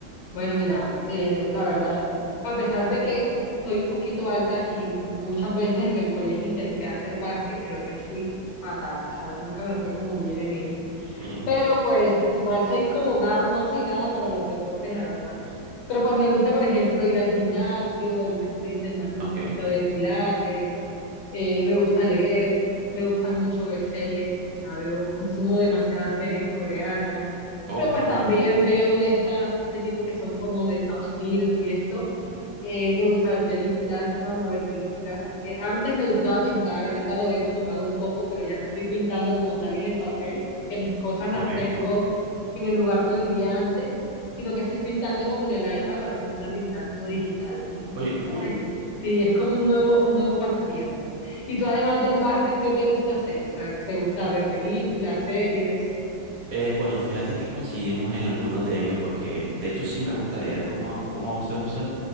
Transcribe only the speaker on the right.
<laughs> Ujú.
Ok.
Oh,
qué
cool.
Ok.
Oye, qué cool.
Eh, bueno, fíjate que coincidimos en algunos de ellos porque de hecho sí me gusta leer como, como a vos te gusta.